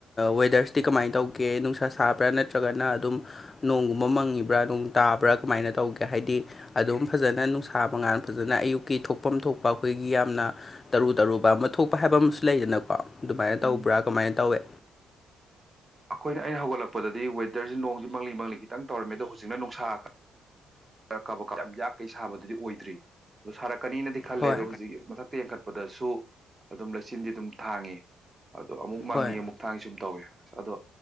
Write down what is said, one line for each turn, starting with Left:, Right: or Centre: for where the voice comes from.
Left: ꯋꯦꯗꯔꯁꯇꯤ ꯀꯃꯥꯏꯅ ꯇꯧꯒꯦ ꯅꯨꯡꯁꯥ ꯁꯥꯞ ꯄꯔ ꯅꯠꯇ꯭ꯔꯒꯅ ꯑꯗꯨꯝ ꯅꯣꯡꯒꯨꯝꯕ ꯃꯪꯉꯤꯕꯔ ꯇꯥꯕ꯭ꯔꯥ ꯀꯃꯥꯏꯅ ꯇꯧꯒꯦ꯫ ꯍꯥꯏꯗꯤ ꯑꯗꯨꯝ ꯐꯖꯅ ꯅꯨꯡꯁꯥꯕ ꯉꯥꯟ ꯐꯖꯅ ꯑꯌꯨꯛꯀꯤ ꯊꯣꯛꯐꯝ ꯊꯣꯛꯄ ꯑꯩꯈꯣꯏꯒꯤ ꯌꯥꯝꯅ ꯇꯔꯨ ꯇꯔꯨꯕ ꯑꯃ ꯊꯣꯛꯄ ꯍꯥꯏꯕ ꯑꯃꯁꯨ ꯂꯩꯗꯅꯀꯣ ꯑꯗꯨꯃꯥꯏꯅ ꯇꯧꯕ꯭ꯔꯥ
Right: ꯎꯝ
Left: ꯀꯃꯥꯏꯅ ꯇꯧꯋꯤ꯫
Right: ꯑꯩꯈꯣꯏꯅ ꯑꯩꯅ ꯍꯧꯒꯠꯂꯛꯄꯗꯗꯤ ꯋꯦꯗꯔꯁꯦ ꯅꯣꯡꯁꯤ ꯃꯪꯂꯤ ꯃꯪꯂꯤ ꯈꯤꯇꯪ ꯇꯧꯔꯝꯃꯦ ꯑꯗꯣ ꯍꯧꯖꯤꯛꯅ ꯅꯨꯡꯁꯥ ꯀꯕꯥꯛ ꯀꯕꯥꯛ ꯌꯥꯝ ꯌꯥꯛ ꯀꯩ ꯁꯥꯕꯗꯨꯗꯤ ꯑꯣꯏꯗ꯭ꯔꯤ ꯑꯗꯣ ꯁꯥꯔꯛꯀꯅꯤꯅꯗꯤ ꯈꯜꯂꯦ
Left: ꯍꯣꯏ
Right: ꯑꯗꯣ ꯍꯧꯖꯤꯛ ꯃꯊꯛꯇ ꯌꯦꯡꯈꯠꯄꯗꯁꯨ ꯑꯗꯨꯝ ꯂꯩꯆꯤꯟꯗꯤ ꯑꯗꯨꯝ ꯊꯥꯡꯉꯤ ꯑꯗꯣ ꯑꯃꯨꯛ ꯃꯥꯡꯉꯤ
Left: ꯍꯣꯏ
Right: ꯑꯃꯨꯛ ꯊꯥꯡꯉ ꯁꯨꯝ ꯇꯧꯏ ꯑꯁ ꯑꯗꯣ